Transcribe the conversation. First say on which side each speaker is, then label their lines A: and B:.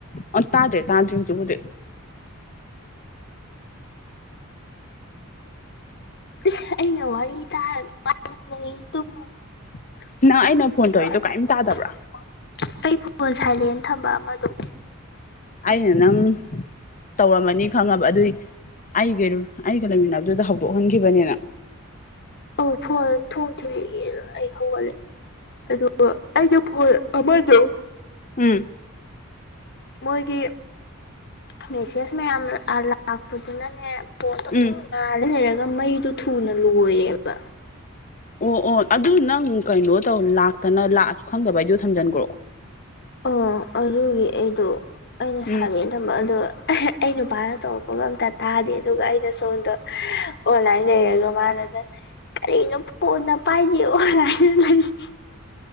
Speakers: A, on the left (about 35°); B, on the left (about 50°).
A: ꯑꯣ ꯇꯥꯗꯔꯦ ꯇꯥꯗꯔꯦ ꯍꯧꯖꯤꯛ ꯄꯨꯗꯤ
B: ꯏꯁ ꯑꯩꯅ ꯋꯥꯔꯤ ꯇꯥꯔꯒ <unintelligible>
A: ꯅꯪ ꯑꯩꯅ ꯐꯣꯟ ꯇꯧꯔꯤꯗꯣ ꯀꯔꯤꯝ ꯇꯥꯗꯕ꯭ꯔꯥ
B: ꯑꯩ ꯐꯣꯟ ꯁꯥꯏꯂꯦꯟ ꯊꯝꯕ ꯑꯃꯗꯣ
A: ꯑꯩꯅ ꯅꯪ ꯇꯧꯔꯝꯃꯅꯤ ꯈꯪꯉꯕ ꯑꯗꯨꯏꯅꯤ ꯑꯩꯒ ꯂꯩꯃꯤꯟꯅꯕꯗꯨꯗ ꯍꯧꯗꯣꯛꯍꯟꯈꯤꯕꯅꯤꯅꯪ
B: ꯑꯧ ꯐꯣꯟ ꯊꯣꯡ ꯊꯤꯂꯛꯑꯦꯅ ꯑꯩ ꯍꯧꯒꯠꯂꯦ ꯑꯗꯨꯒ ꯑꯩꯗꯣ ꯐꯣꯟ ꯑꯃꯗꯣ
A: ꯎꯝ
B: ꯃꯣꯏꯒꯤ ꯃꯦꯁꯦꯖ ꯃꯌꯥꯝ ꯂꯥꯛꯄꯗꯨꯅꯅꯦ ꯐꯣꯟꯗꯣ
A: ꯎꯝ
B: ꯑꯗꯨꯝ ꯂꯩꯔꯒ ꯃꯩꯗꯨ ꯊꯨꯅ ꯂꯣꯏꯔꯦꯕ
A: ꯑꯣ ꯑꯣ ꯑꯗꯨ ꯅꯪ ꯀꯩꯅꯣ ꯇꯧ ꯂꯥꯛꯇꯅ ꯂꯥꯛꯑꯁꯨ ꯈꯪꯗꯕꯩꯗꯨꯗ ꯊꯝꯖꯤꯟꯒ꯭ꯔꯣ
B: ꯑꯣ ꯑꯗꯨꯒꯤ ꯑꯩꯗꯣ ꯑꯩꯅ
A: ꯎꯝ
B: ꯁꯥꯏꯔꯦꯜ ꯊꯝꯕ ꯑꯗꯣ ꯑꯩ ꯅꯨꯄꯥꯅ ꯇꯧꯔꯛꯄꯒ ꯑꯝꯇ ꯇꯥꯗꯦ ꯑꯗꯨꯒ ꯑꯩꯅ ꯁꯣꯝꯗ ꯑꯣꯟꯂꯥꯏꯟ ꯂꯩꯔꯒ ꯃꯥꯅꯗ ꯀꯔꯤꯅꯣ ꯐꯣꯟꯅ ꯄꯥꯏꯗꯦ ꯑꯣꯟꯂꯥꯏꯟꯅ ꯂꯩ <unintelligible>